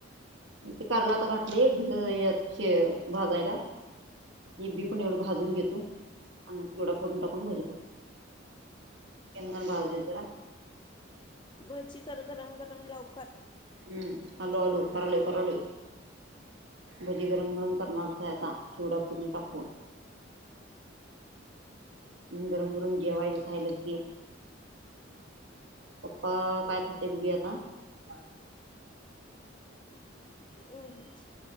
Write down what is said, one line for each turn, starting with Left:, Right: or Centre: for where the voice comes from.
Right: ते कारल आता घाठल शे भाजायला. मी बी पण एवढं भाजून घेतो आणि मग केवढा फरून टाकून भजी कर शेंगदाणे भाजू देत जरा.
Left: भजी कर गरम गरम लवकर.
Right: हम्म. आलो आलो करलोय करलोय भजी गरम गरम करणारच आहे आता चिवडा पुुढणी टाकू <inaudible> गरम गरम जेवायचं झालं की. पप्पा काय खाते बुघी आता <inaudible>
Left: होच.